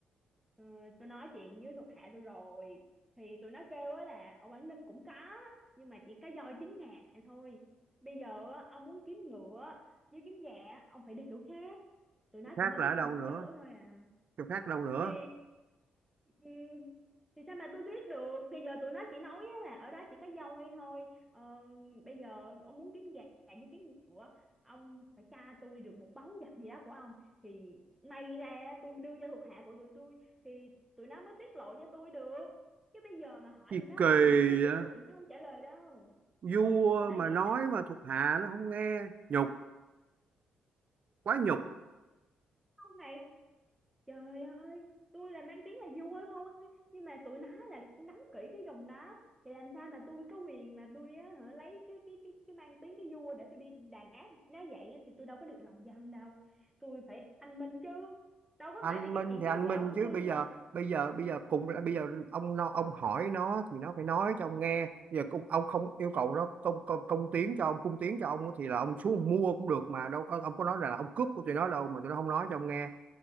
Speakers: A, in the centre; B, on the right.
A: ừ, tôi nói chuyện với thuộc hạ tôi rồi thì tụi nó kêu á là ở Quảng Ninh cũng có nhưng mà chỉ có voi chín ngà thôi bây giờ á, ông muốn kiếm ngựa với kiếm gà á, ông phải đi chỗ khác tụi nó
B: chỗ khác
A: chỉ mới
B: là
A: biết
B: ở
A: có
B: đâu
A: một
B: nữa
A: chỗ thôi à
B: chỗ khác đâu nữa
A: thì Ừ, thì sao mà tôi biết được bây giờ tụi nó chỉ nói á là ở đó chỉ có voi thôi ờ, bây giờ ông muốn kiếm gà với kiếm ngựa ông phải tra tôi được một báu vật gì đó của ông thì may ra tôi đưa cho thuộc hạ của tụi tôi thì tụi nó mới tiết lộ cho tôi được chứ bây giờ mà hỏi
B: gì
A: tụi nó
B: kỳ
A: miễn phí
B: vậy?
A: tụi nó không trả lời đâu
B: vua
A: ừ, tụi nó
B: mà
A: vậy
B: nói
A: đó
B: mà thuộc hạ nó không nghe nhục quá nhục
A: ông này Trời ơi, tôi là mang tiếng là vua thôi, nhưng mà tụi nó là nắm kỹ cái vùng đó, thì làm sao mà tôi có quyền mà tôi á, hả, lấy cái cái cái cái mang tiếng cái vua để tôi đi đàn áp, nếu vậy á, thì tôi đâu có được lòng dân đâu. Tôi phải anh minh chứ. Đâu có
B: anh
A: phải vì cái
B: Minh
A: chuyện
B: thì
A: kiếm
B: anh
A: vợ
B: Minh
A: của
B: chứ
A: tôi
B: bây
A: mà.
B: giờ bây giờ bây giờ cùng là bây giờ ông nó ông hỏi nó thì nó phải nói cho ông nghe bây giờ cũng ông không yêu cầu nó công công, công tiến cho ông cung tiến cho ông thì là ông xuống ông mua cũng được mà đâu ờ, ông có nói là là ông cướp của tụi nó đâu mà tụi nó không nói cho ông nghe